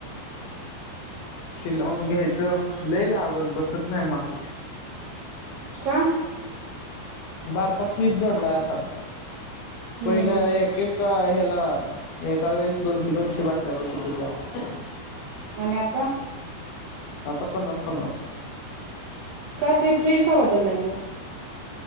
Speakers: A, on the left (about 70°); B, on the right (about 65°).
A: ते लावून घ्यायचं. लय लावत बसत नाही माउ
B: का?
A: बारका फ्रीज जोडलाय आता.
B: हम्म
A: पहिला
B: हम्म
A: एक एका हॆ ला एका वेळेस दोनशे दोनशे बाटल्या बसत होत्या.
B: आणि आता?
A: आता पन्नास पन्नास.
B: काय ते फ्रीज का बदललाय मग